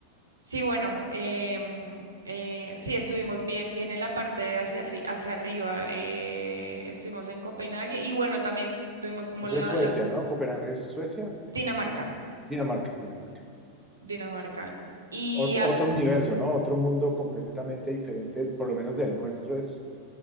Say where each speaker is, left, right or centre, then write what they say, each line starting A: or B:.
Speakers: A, on the right; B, in the centre.
A: Sí, bueno, em, eh, sí, estuvimos bien, bien en la parte de hacia, arri- hacia arriba, eh, estuvimos en Copenhague y bueno, también tuvimos como
B: Eso
A: la,
B: es Suecia,
A: la-
B: ¿no? Copenhague es Suecia, eh,
A: Dinamarca,
B: Finlandia, Dinamarca, Dinamarca.
A: Dinamarca. Y
B: Otro,
A: ah,
B: otro universo, ¿no? Otro mundo completamente diferente, por lo menos del nuestro, es